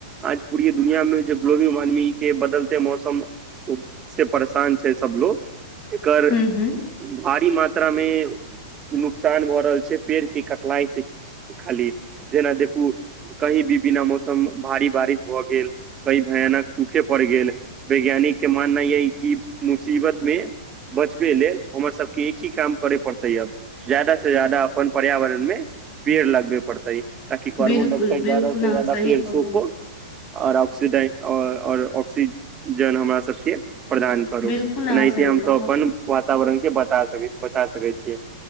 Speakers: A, on the right; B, on the left.
A: आज पुरी दुनिया में जो ग्लोबल वार्मिंग के बदलते मौसम। उपसँ परेशान छै सबलोग एकर
B: हूँ हूँ
A: भारी मात्रा में नुकसान भऽ रहल छैय पेड़ के काटनाय। जेखाली जेना देखू कहीं भी बिना मौसम बारी बारिश भ गेल। कई भयानक सुखे पड़ गेल, वैज्ञानिक के मान नाय यही कि मुसीबत में। बचबे लेल हमर सब के, एक ही काम करे पड़तै अब। ज्यादा से जादा अपन पर्यावरण मे पेड़, लगबे पड़तैय। ता कि कार्बन
B: बिल्कुल
A: डइऑकसाइड ज्यादा
B: बिल्कुल
A: से
B: अहाँ
A: ज्यादा
B: सही
A: पेड़
B: कहलहुँ
A: सोखो। औरऑक्सीडैन अ और ऑक्सीजन हमरा सबके प्रधान करु
B: बिल्कुल
A: तनाहिते
B: अहाँ सही
A: हम
B: कहलहुँ
A: सब अपन वातावरण के बता स कै छि बचा सकै छियै।